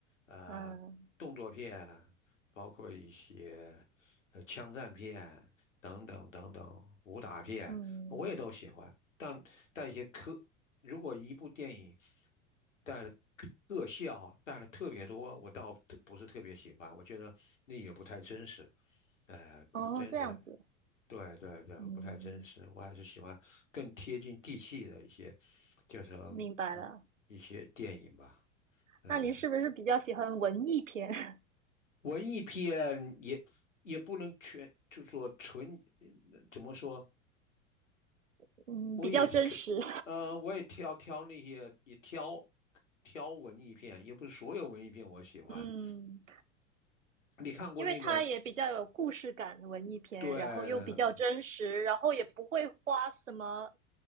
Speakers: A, on the left; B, on the right.
A: 呃，
B: 嗯
A: 动作片，包括一些呃枪战片等等等等，武打片我也都喜欢。
B: 嗯，
A: 但但一些科，如果一部电影带了特效带了特别多，我倒特不是特别喜欢，我觉得那也不太真实，哎、不是真实。
B: 哦，这样子，
A: 对对对，
B: 嗯，
A: 不太真实，我还是喜欢更贴近地气的一些。就是
B: 明白了。
A: 一一些电影吧，嗯，
B: 那您是不是比较喜欢文艺片？
A: 文艺片也也不能全，就说纯，呃怎么说？
B: <laughs> 嗯，
A: 我也是看，
B: 比较真实。
A: 呃，我也挑挑那些，也挑挑文艺片，也不是所有文艺片我喜欢。
B: <laughs> 嗯
A: 你看过那个，
B: 因为它也比较有故事感，文艺片，
A: 对，
B: 然后又比较真实，然后也不会花什么